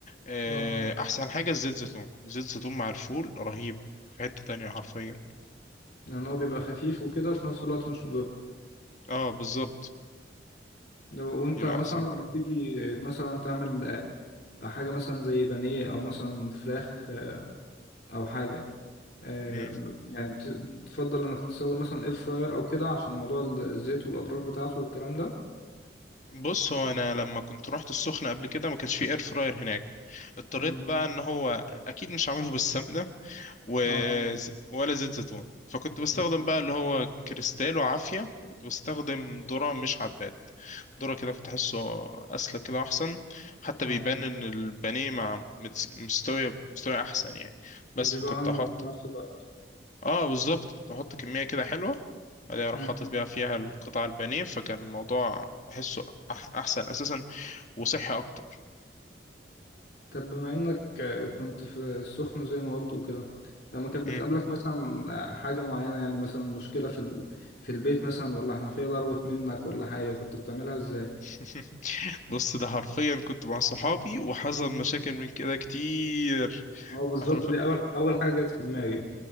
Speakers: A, on the left; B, on the left.
A: آه،
B: اه
A: احسن حاجه الزيت زيتون زيت زيتون مع الفول رهيب في حته تانية حرفيا
B: لان هو بيبقى خفيف وكده وفي نفس الوقت مش مضر
A: اه بالظبط
B: لو وانت
A: يبقى
B: مثلا
A: احسن
B: لما
A: حاجه
B: بتيجي مثلا تعمل حاجة مثلا زي بانيه أو مثلا فراخ آه، أو حاجة آه،
A: مم.
B: ب- يعني بت- بتفضل إنك تستخدم مثلا إير فراير أو كده عشان موضوع الزيت والأضرار بتاعته والكلام ده
A: بص هو انا لما كنت رحت السخنه قبل كده ما كانش فيه اير فراير هناك اضطريت
B: مم.
A: بقى ان هو اكيد مش عامله بالسمنه و...
B: اه
A: ولا زيت زيتون فكنت بستخدم
B: مم.
A: بقى اللي هو كريستالو عافية كنت بستخدم ذرة مش حبات ذرة كده كنت أحسه أسلك كده أحسن حتى
B: اه
A: بيبان إن البانيه مع متس- مستوية مستوية أحسن يعني بس
B: وبيبقى
A: فكنت
B: أنضف
A: أحط
B: في نفس الوقت
A: آه بالظبط كنت أحط كمية كده حلوة بعدين أروح
B: مم.
A: حاطط بقى فيها القطع البانيه فكان الموضوع بحسه أح- أحسن أساسا وصحي أكتر
B: طب بما إنك آه، كنت في السخن زي ما قلت وكده لما كانت بتقابلك
A: مم.
B: مثلا حاجة معينة يعني مثلا مشكلة في ال... في البيت مثلا ولا حنفية ضربت منك ولا حاجة كنت بتعملها إزاي؟
A: <laughs> بص ده حرفيا كنت مع صحابي وحصل مشاكل
B: مم.
A: من كده كتير
B: اه بالظبط
A: حرف
B: دي أول أول حاجة جت في دماغي